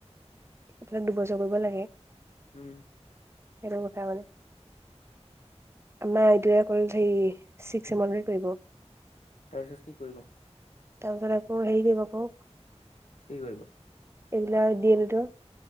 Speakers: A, on the right; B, on the left.
A: এইবিলাক দুবছৰ কৰিব লাগে।
B: উম।
A: সেইটো কথা মানে। আমাৰ আইডে অল হে ছিক্স ছেম লেকে কৰিব।
B: তাৰপিছত কি কৰিব।
A: তাৰ পিছত আকৌ হেই কৰিব ক।
B: কি কৰিব।
A: কি বুলি কয় দি এ লেটৰ।